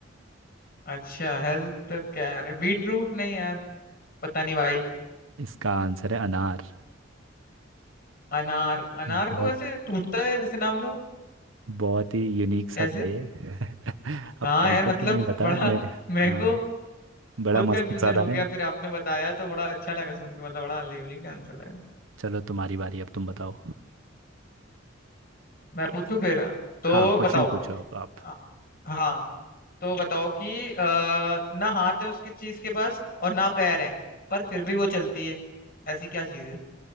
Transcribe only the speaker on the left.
अच्छा हेल्थ क्या है बीट रूट नहीं यार पता नहीं भाई
अनार अनार
को वैसे टूटता है जैसे नाम लो
कैसे
हाँ
यार मतलब
बड़ा
<laughs> मेरे
को
खुद
कंफ्यूजन
हो
गया फिर आपने बताया तो बड़ा अच्छा लगा सुन के मतलब बड़ा यूनिक आंसर लगा
मैं पूछूं फिर तो
बताओ
अ, हाँ तो बताओ कि आ, ना हाथ है उसकी चीज के पास और ना पैर है पर फिर भी वो चलती है ऐसी क्या चीज है